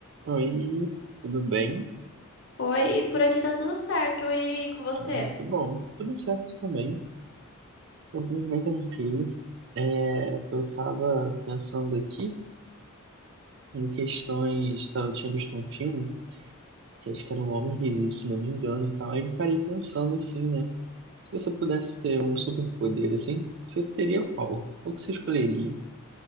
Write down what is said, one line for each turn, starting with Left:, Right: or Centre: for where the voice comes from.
Right: Oi, tudo bem?
Left: Oi, por aqui tá tudo certo. E com você?
Right: Ah, que bom, tudo certo também. Eu tô bem tranquilo. É, eu tava pensando aqui em questões. tá, Eu tinha visto um filme, que acho que era um Homem Invisível, se não me engano, e tal. Aí me parei pensando assim, né? Se você pudesse ter um superpoder assim, você teria qual? Qual que você escolheria?